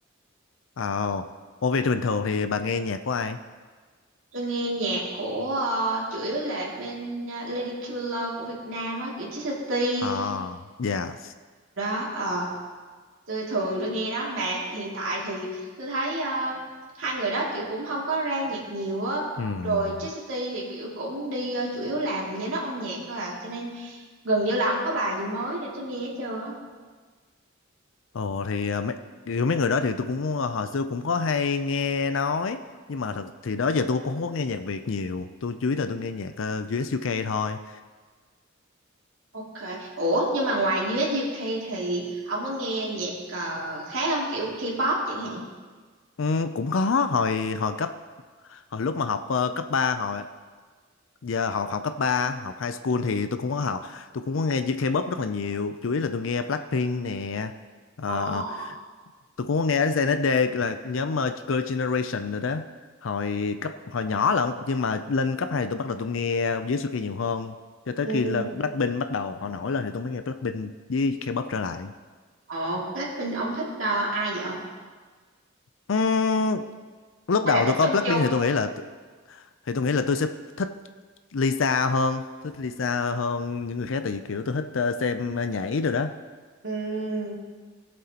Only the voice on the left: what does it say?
oh. Ủa vậy thì bình thường thì bà nghe nhạc của ai
à dạ
ừ
ồ thì à, mấy kiểu mấy người đó thì tôi cũng à, hồi xưa cũng có hay nghe nói nhưng mà thật thì đó giờ tôi cũng không có nghe nhạc Việt nhiều tôi chủ yếu là tôi nghe nhạc ờ, US UK thôi
ừ, cũng có hồi hồi cấp hồi lúc mà học ờ, cấp ba hồi giờ học học cấp ba học high school thì tôi cũng có học tôi cũng có nghe K-pop rất là nhiều chủ yếu là tôi nghe Blackpink nè ờ,
tôi cũng có nghe đến SNSD là nhóm ờ, Girl Generation rồi đó hồi cấp hồi nhỏ lận nhưng mà lên cấp 2 tôi bắt đầu tôi nghe dưới Suki nhiều hơn cho tới
khi là Blackpink bắt đầu họ nổi lên thì tôi mới nghe Blackpink với K-pop trở lại
Ừm, lúc
đầu
tôi coi
Blackpink
thì tôi nghĩ là thì tôi nghĩ là tôi sẽ thích Lisa hơn thích Lisa hơn những người khác tại vì kiểu tôi thích ờ, xem nhảy rồi đó